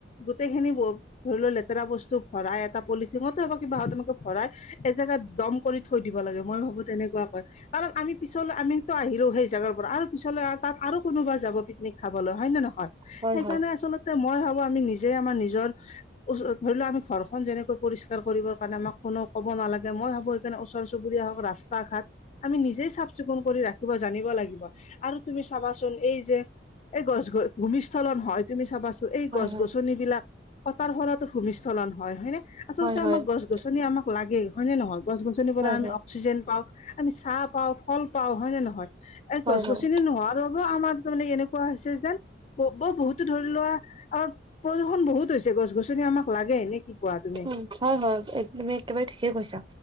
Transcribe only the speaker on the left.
গোটেই খিনি ধৰি লোৱা লেতেৰা বস্তু ভৰাই এটা- পলিচিঙতে কিবাহঁত এনেকে ভৰাই এজেগাত দম কৰি থৈ দিব লাগে। মই ভাবো তেনেকুৱা কয়। কাৰণ আমি পিছলে- আমিতো আহিলো সেই জাগাৰ পৰা। আৰু পিছলৈ আৰু তাত আৰু কোনোবা যাব পিকনিক খাবলৈ। হয় নে নহয়?
সেইকাৰণে
আচলতে মই ভাবো আমি নিজে আমাৰ নিজৰ- ধৰি লও আমি ঘৰখন যেনেকৈ পৰিষ্কাৰ কৰিবৰ কাৰণে আমাক কোনো ক'ব নালাগে মই ভাবো- যেন ওচৰ চবুৰীয়া হওক ৰাস্তা ঘাট আমি নিজেই চফ- চিকুণ কৰি ৰাখিব জানিব লাগিব। আৰু তুমি চাবাচোন এই যে- এই গছ ভূমিস্খলন হয় তুমি চাবাচোন। এই
গছ
গছনিবলাক কতাৰ ফলতো ভূমিস্খলন হয়। হয় নে? আচলতে
আমাক গছ গছনি আমাক লাগেই। হয় নে নহয়? গছ গছনিৰ পৰা
আমি অক্সিজেন পাওঁ, আমি চাহ পাও, ফল পাওঁ। হয় নে নহয়? এই
গছ
গছনিৰ- নোহোৱা হোৱাৰ আমাৰ তাৰমানে এনেকুৱা হৈছে যেন ব বহুতো ধৰি লোৱা- অ প্ৰদূষণ বহুত হৈছে গছ -গছনি আমাক লাগে এনে কি কোৱা তুমি?